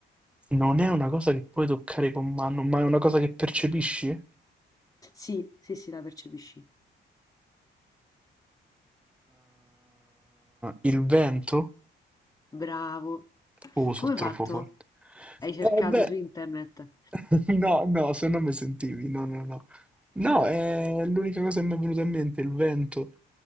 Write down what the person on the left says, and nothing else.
Sì, sì, sì, la percepisci.
Bravo.
Come hai
fatto?
Hai cercato
su internet?